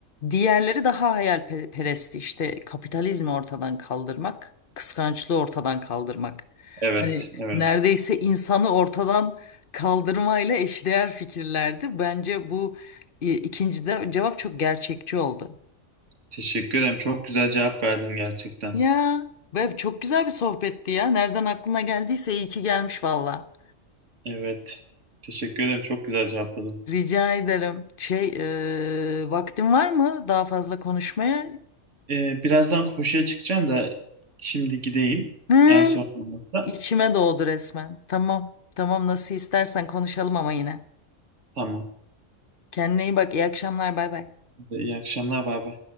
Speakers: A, on the left; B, on the right.
A: Diğerleri daha hayalperestti işte kapitalizmi ortadan kaldırmak, kıskançlığı ortadan kaldırmak.
B: evet,
A: Hani
B: evet.
A: neredeyse insanı ortadan kaldırmayla eşdeğer fikirlerdi. Bence bu e, ikinci de cevap çok gerçekçi oldu.
B: Teşekkür ederim. Çok güzel cevap verdin gerçekten.
A: Ya ve çok güzel bir sohbetti ya. Nereden aklına geldiyse iyi ki gelmiş valla.
B: Evet. Teşekkür ederim. Çok güzel cevapladın.
A: Rica ederim. Şey e, vaktin var mı daha fazla konuşmaya?
B: Ee, birazdan koşuya çıkacağım da şimdi gideyim.
A: Hı,
B: Eğer sorun olmazsa.
A: içime doğdu resmen. Tamam. Tamam nasıl istersen konuşalım ama yine.
B: Tamam.
A: Kendine iyi bak. İyi akşamlar. Bay bay.
B: İyi akşamlar. Bay bay.